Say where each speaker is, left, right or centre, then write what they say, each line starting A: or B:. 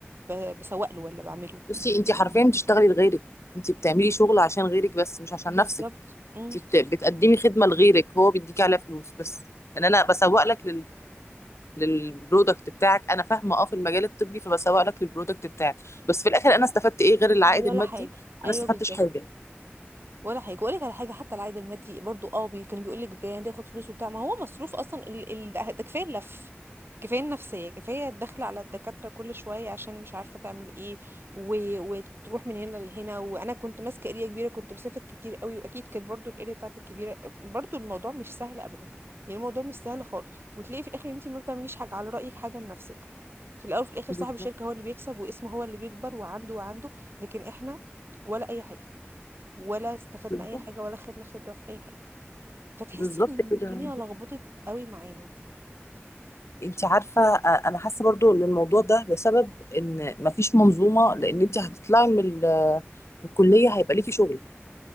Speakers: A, on the right (about 60°); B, on the left (about 85°).
A: ب... بسوق له ولا بعمله
B: بصي انت حرفيا بتشتغلي لغيرك انت بتعملي شغل عشان غيرك بس مش عشان
A: بالظبط
B: نفسك
A: امم
B: انت بت- بتقدمي خدمة لغيرك هو بيديكي عليها فلوس بس ان انا بسوق لك للبرودكت بتاعك انا فاهمه اه في المجال الطبي فبسوق لك للبرودكت بتاعك بس في الاخر انا استفدت ايه غير العائد
A: ولا
B: المادي
A: حاجه
B: انا
A: ايوه
B: استفدتش
A: بالظبط
B: حاجه
A: ولا حاجه واقول لك على حاجه حتى العائد المادي برضو اه بي كان بيقول لك ده ياخد فلوس وبتاع ما هو مصروف اصلا ال... ال... ده ده كفايه اللف كفايه النفسيه كفايه الدخل على الدكاتره كل شويه عشان مش عارفه تعمل ايه و... وتروح من هنا لهنا وانا كنت ماسكه اريا كبيره كنت مسافر كتير قوي واكيد كانت برضو الاريا بتاعتي كبيره برضو الموضوع مش سهل ابدا يعني الموضوع مش سهل خالص وتلاقي في الاخر انت ما بتعمليش حاجه على رايك حاجه لنفسك في الاول وفي الاخر
B: بالظبط
A: صاحب الشركه هو اللي بيكسب واسمه هو اللي بيكبر وعنده وعنده لكن احنا ولا اي حاجه ولا استفدنا
B: بالظبط
A: اي حاجه ولا خدنا خبره في اي حاجه فتحسي
B: بالظبط
A: ان الدنيا
B: كده
A: لخبطت قوي معانا
B: انت عارفه آه، انا حاسه برضو ان الموضوع ده بسبب ان مفيش منظومه لان انت هتطلعي من ال- آه، من الكليه هيبقى ليكي شغل